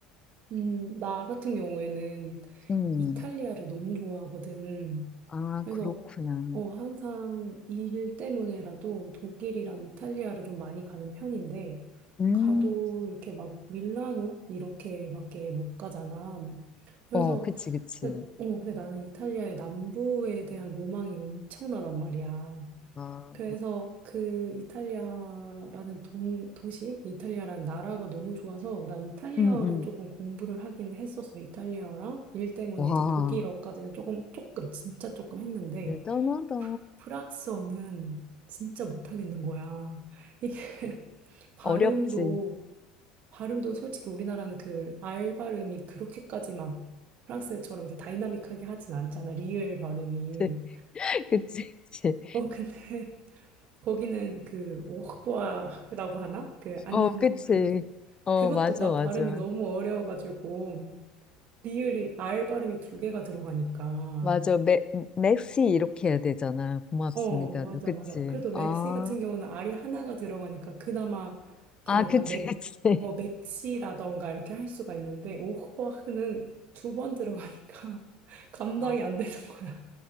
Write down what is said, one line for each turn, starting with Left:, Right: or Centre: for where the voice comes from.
Right: 음, 나 같은 경우에는
Left: 음.
Right: 이탈리아를 너무 좋아하거든.
Left: 아,
Right: 그래서,
Left: 그렇구나.
Right: 어, 항상 일 때문에라도 독일이랑 이탈리아를 좀 많이 가는 편인데,
Left: 음,
Right: 가도 이렇게 막 밀라노? 이렇게밖에 못 가잖아. 그래서,
Left: 어, 그치, 그치.
Right: 근데, 어, 근데 나는 이탈리아의 남부에 대한 로망이 엄청나단 말이야.
Left: 아,
Right: 그래서 그 이탈리아라는 동, 도시, 이탈리아라는 나라가 너무 좋아서 난 이탈리아어를
Left: 음, 음.
Right: 조금 공부를 하긴 했었어. 이탈리아어랑 일 때문에
Left: 와,
Right: 이제 독일어까지는 조금, 조금, 진짜 조금 했는데
Left: 대단하다.
Right: 프- 프랑스어는 진짜 못하겠는 거야. 이게 <laughs> 발음도,
Left: 어렵지.
Right: 발음도 솔직히 우리나라는 그 R 발음이 그렇게까지 막 프랑스처럼 이렇게 다이나믹하게 하진 않잖아. 리을 발음이.
Left: <laughs> 그치, 그치.
Right: 어, 근데 거기는 그 오흑보아라고 하나? 그 안녕
Left: 어, 그치.
Right: 할 때.
Left: 어,
Right: 그것도
Left: 맞아,
Right: 난
Left: 맞아.
Right: 발음이 너무 어려워가지고 리을이 R 발음이 두 개가 들어가니까.
Left: 맞아. 맥, 맥시 이렇게 해야 되잖아. 고맙습니다도.
Right: 어, 맞아,
Left: 그치.
Right: 맞아. 그래도
Left: 아,
Right: 맥시 같은 경우는 R이 하나가 들어가니까 그나마 이렇게
Left: 아,
Right: 약간
Left: 그치,
Right: 맥,
Left: <laughs> 그치.
Right: 어, 맥시라던가 이렇게 할 수가 있는데 오흑보아는 두 번 들어가니까 <laughs> 감당이
Left: 아,
Right: 안 되는 거야.